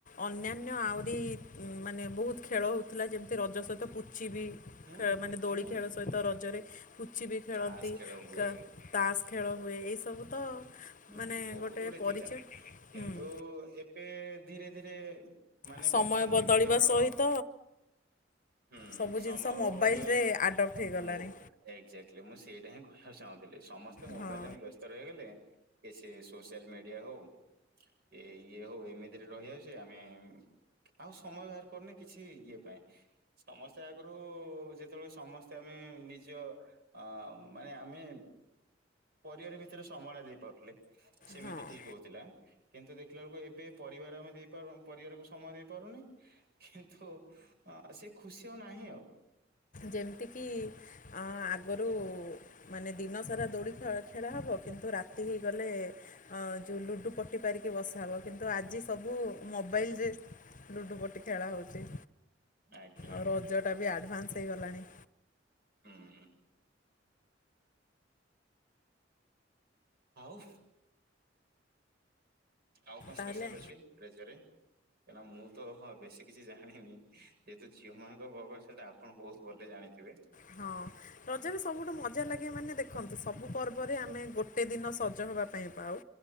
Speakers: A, on the left; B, on the right.
A: ଅନ୍ୟାନ୍ୟ ଆହୁରି ମାନେ ବହୁତ ଖେଳ ହଉଥିଲା ଯେମିତି ରଜ ସହିତ ପୋଚିବି।
B: ହୁଁ
A: ଖେଳ ମାନେ ଦୋଳି
B: ହୁଁ
A: ଖେଳ ସହିତ ରଜରେ ପୁଚି ବି ଖେଳନ୍ତି।
B: ତାସ ଖେଳ ହୁଏ।
A: ତାସ ଖେଳ ହୁଏ ଏଇସବୁ ତ।
B: ହୁଁ
A: ମାନେ
B: ବହୁତ
A: ଗୋଟେ
B: ଗୁଡେ
A: ପରିଚୟ
B: ଥିଲା କିନ୍ତୁ
A: ହୁଁ
B: ଏବେ ଧୀରେ ଧୀରେ ମାନେ
A: ସମୟ
B: ବର୍ତ୍ତମାନ
A: ବଦଳିବା
B: ଯେମିତିକି ଆମର
A: ସହିତ
B: ହୁଁ
A: ସବୁ
B: ସମ୍ଭବ
A: ଜିନିଷ ମୋବାଇଲରେ
B: ବଢିଗଲା
A: ଆଡ଼ପ୍ଟ ହେଇଗଲାଣି।
B: ମୋ ଏକ୍ଜାକ୍ଟଲି ମୁଁ ସେଇଟା ହିଁ କହିବାକୁ ଚାହୁଁଥିଲି ସମସ୍ତେ ମୋବାଇଲେ
A: ହୁଁ
B: ଆମେ ବ୍ୟସ୍ତ ରହିଗଲେ। କିସେ ସୋସିଆଲ ମିଡିଆ ହଉ। ଏ ଇଏ ହଉ ଏମିତିରେ ରହିଆଉଛେ ଆମେ ଆଉ ସମୟ ବାହାର ପଡନି କିଛି ଇଏ ପାଇଁ। ସମସ୍ତେ ଆଗରୁ ଯେତେବେଳେ ସମସ୍ତେ ଆମେ ନିଜ ଅ ମାନେ ଆମେ ପରିବାର ଭିତରେ ସମୟ ଟା ଦେଇପାରୁ ସେମିତି
A: ହଁ
B: ଠିକ ହଉଥିଲା। କିନ୍ତୁ ଦେଖିଲା ବେଳକୁ ଏବେ ପରିବାର ଆମେ ଦେଇପାରୁ ପରିବାରକୁ ସମୟ ଦେଇପାରୁନେ। କିନ୍ତୁ ସେ ଖୁସି ଆଉ ନାହିଁ ଆଉ।
A: ଯେମିତିକି ଆଗରୁ ମାନେ ଦିନ ସାରା ଦୋଳି ଖେ ଖେଳା ହେବ କିନ୍ତୁ ରାତି ହେଇଗଲେ ଅ ଯୋଉ ଲୁଡୁ ପଟି ପାରିକି ବସା ହବ। କିନ୍ତୁ ଆଜି ସବୁ ମୋବାଇଲରେ ଲୁଡ଼ୁ ପଟି ଖେଳା ହଉଛି।
B: ଆଜ୍ଞା
A: ଆଉ ରଜ ଟା ବି ଆଡଭାନ୍ସ ହେଇଗଲାଣି।
B: ହୁଁ ହୁଁ। ଆଉ ଆଉ କଣ ସ୍ପେଶାଲ
A: ତାହେଲେ
B: ଅଛି ରଜରେ? କାହିଁନା ମୁଁ ତ ହ ବେଶୀ କିଛି ଜାଣିନି ଯେହେତୁ ଝିଅ ମାଙ୍କ ପର୍ବ ସେଟା ଆପଣ ବହୁତ ଭଲେ ଜାଣିଥିବେ।
A: ହଁ ରଜରେ ସବୁଠୁ ମଜା ଲାଗେ ମାନେ ଦେଖନ୍ତୁ ସବୁ ପର୍ବରେ ଆମେ ଗୋଟେ ଦିନ ସଜ ହେବା ପାଇଁ ପାଉ।